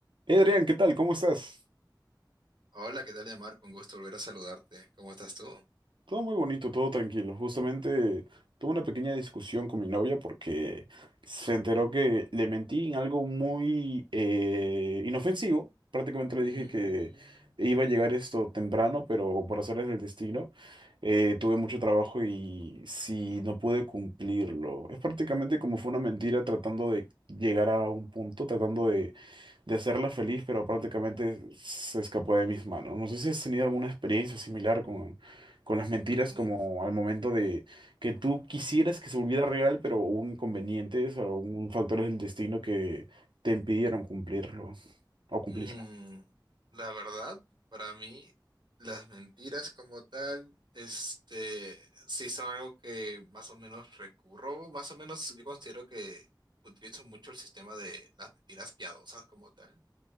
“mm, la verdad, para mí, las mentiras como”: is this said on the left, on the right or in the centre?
Right